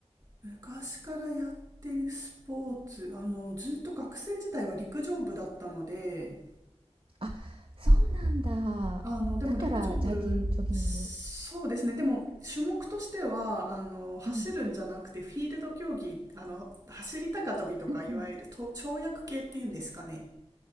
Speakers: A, on the right; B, on the right.
A: 昔からやってるスポーツ、あの、ずっと学生時代は陸上部だったので、
B: あ、そうなんだ。
A: あの、でも陸上部、
B: だからジャギン、ジョギング。
A: そうですね。でも種目としては、あの、走るんじゃなくてフィールド競技、
B: うん。
A: あの、走り高跳びとか、
B: うんうん。
A: いわゆると跳躍系っていうんですかね。